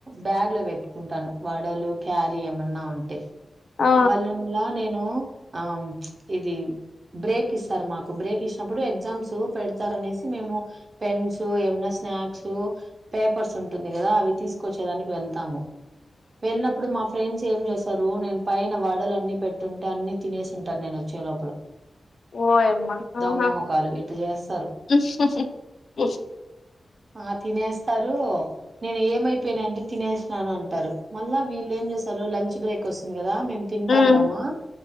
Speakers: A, on the right; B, on the left.
A: బ్యాగ్ లో పెట్టుకుంటాను వడలు క్యారీ ఏమన్నా ఉంటే
B: ఆ
A: వాళ్ళుండ్లా నేను ఆ ఇది బ్రేక్ ఇస్తారు మాకు బ్రేక్ ఇచ్చినప్పుడు ఎగ్జామ్స్ పెడతారనేసి మేము పెన్స్ ఏమన్నా స్నాక్స్ పేప్ పర్స్ ఉంటుంది కదా అవి తీస్ కొచ్చేదానికి వెళ్తాము వెళ్ళినప్పుడు మాఫ్ ఫ్రెండ్స్ ఏం చేసారు నేను పైన వడలు అన్ని పెట్టుంటే అన్ని తనేసింటారు నేనొచ్చే లోపల
B: ఓయమ్మా
A: దొంగ
B: ఆహా
A: మొఖాలు ఇట్లా చేస్తారు
B: <unintelligible>
A: ఆ తినేస్తారు నేను ఏమైపోయినాయంటే తినేస్నాను అంటారు మళ్ళా వీళ్ళు ఏం చేస్తారు లంచ్ బ్రేక్ వస్తుంది కదా మేము తింటా
B: ఉమ్,
A: ఉంటామా